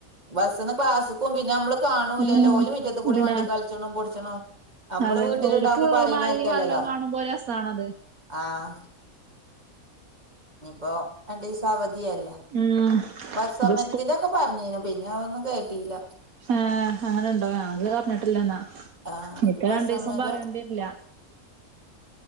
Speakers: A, on the right (about 25°); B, on the right (about 70°).
A: ബസ്സിന്ന് ക്ലാസ് ക്കുംപിന്നെ നമ്മള് കാണൂലല്ലോ
B: ഉം
A: ഓല് മിറ്റത്ത് കൂടി
B: ഇല്ല
A: മണ്ടി കൾച്ണും പൊടിച്ണും അമ്മള്
B: അതെ
A: വീട്ടിലുണ്ടാവുമ്പോ
B: ഓല്ക്ക്
A: പറയിണരിക്കല്ലല്ലോ
B: മഴിം വള്ളം കാണുമ്പോ രസാണത്.
A: ആഹ്. ഇനിപ്പോ രണ്ടീസം അവധിയല്ലേ
B: ഉം
A: ബസ് സമരത്തിന്റോക്കെ
B: ഇപ്പൊ
A: പറഞ്ഞീനു പിന്നെ അ ഒന്നും കേട്ടീല
B: ആഹ്. അങ്ങനെ ഇണ്ടോ ഞങ്ങൾ അറഞ്ഞിട്ടില്ലന്നാ
A: ആഹ്
B: നിക്ക
A: ഒരു ബസ്
B: രണ്ട്
A: സമരം
B: ദിവസം പറയെണ്ടരില്ല.